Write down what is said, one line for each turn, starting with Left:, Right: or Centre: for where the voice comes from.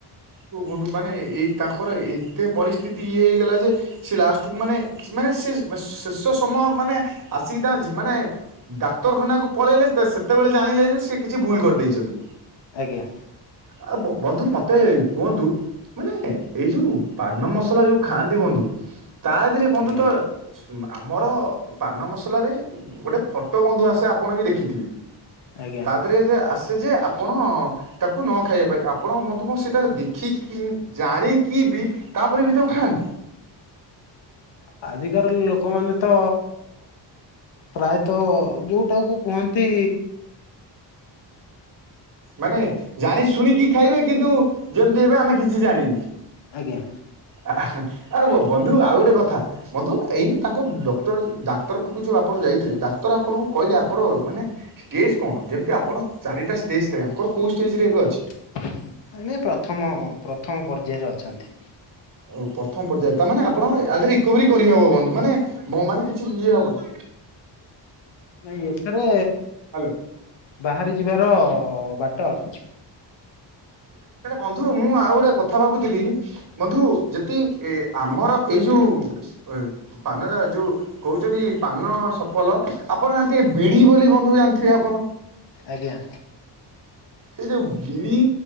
Right: ଓ ବନ୍ଧୁ ମାନେ ଏଇ ତାଙ୍କ ଙ୍କର ଏତେ ପରିସ୍ଥିତି ଇଏ ହେଇଗଲା ଯେ ସେ ଲାଷ୍ଟକୁ ମାନେ ମାନେ ସେ ଶେଷ ସମୟ ମାନେ ଆସିକି ମାନେ ଡାକ୍ତରଖାନା କୁ ପଳେଇଲେ ସେତେବେଳେ ଜାଣିଲେ ଯେ ସେ କିଛି ଭୁଲ କର ଦେଇଛନ୍ତି।
Left: ଆଜ୍ଞା।
Right: ଆଉ ବନ୍ଧୁ ମୋତେ କୁହନ୍ତୁ ମାନେ ଏଇ ଯୋଉ ପାନ ମସଲା ଯଉଁ ଖାଆନ୍ତି ବନ୍ଧୁ ତା ଦେହରେ ବନ୍ଧୁ
Left: ଆଜ୍ଞା
Right: ତ ଆମର ପାନ ମସଲାରେ ଗୋଟେ ଫଟୋ ବନ୍ଧୁ ଆସେ ଆପଣ ବି ଦେଖିଥିବେ
Left: ଆଜ୍ଞା
Right: ତା ଦେହରେ ଯେ ଆସେ ଯେ ଆପଣ ତାକୁ ନ ଖାଇବା ପାଇଁ ଆପଣ ବନ୍ଧୁ କଣ ସେଇଟା ଦେଖିକି ଜାଣିକି ବି ତାପରେ ବି ତାକୁ ଖାଆନ୍ତି।
Left: ଆଜିକାର ଲୋକମାନେ ତ ପ୍ରାୟତଃ ଯୋଉଟାକୁ କୁହନ୍ତି
Right: ମାନେ ଜାଣି ଶୁଣିକି ଖାଇବେ। କିନ୍ତୁ ଯେମିତି ହେବେ ଆମେ କିଛି ଜାଣିନୁ।
Left: ଆଜ୍ଞା
Right: ଆ। ଆ ହ ବନ୍ଧୁ ଆଉ ଗୋଟେ କଥା। ବନ୍ଧୁ ଏଇନା ତାଙ୍କୁ ଡକ୍ଟର ଡାକ୍ତର ପାଖକୁ ଯୋଉ ଆପଣ ଯାଇଥିଲେ! ଡାକ୍ତର ଆପଣଙ୍କୁ କହିଲେ ଆଙ୍କର ମାନେ ଷ୍ଟେଜ କଣ। ଯେମତି ଆପଣ ଚାରିଟା ଷ୍ଟେଜ୍ ଥାଏ ଆଙ୍କର କୋଉ ଷ୍ଟେଜରେ ଏବେ
Left: <inaudible>
Right: ଅଛି?
Left: ମାନେ ପ୍ରଥମ ପ୍ରଥମ ପର୍ଯ୍ୟାୟରେ ଅଛି। ଅଛନ୍ତି।
Right: ଓଉ ପ୍ରଥମ ପର୍ଯ୍ୟାୟ। ତା ମାନେ ଆପଣ ରିକଭରି କରିହବ ବନ୍ଧୁ ମାନେ ମାନେ କିଛି ଇଏ ହବନି।
Left: ନାଇଁ ଏଥିରେ
Right: ହ୍ୟାଲୋ।
Left: ବାହାରି ଯିବାର ହଁ ବାଟ ଅଛି।
Right: ହେଲେ ବନ୍ଧୁ ମୁଁ ଆଉ ଗୋଟେ କଥା ଭାବୁଥିଲି। ବନ୍ଧୁ ଯଦି ଏ ଆମର ଏଇ ଯୋଉ ଏ ପାନରା ଯୋଉ କହୁଛନ୍ତି ପାନ ସଫଲ। ଆପଣ ଜାଣିଥିବେ ବିଡି ବୋଲି ବନ୍ଧୁ ଜାଣିଥିବେ ଆପଣ।
Left: ଆଜ୍ଞା।
Right: ସେ ଯୋଉ ବିଡ଼ି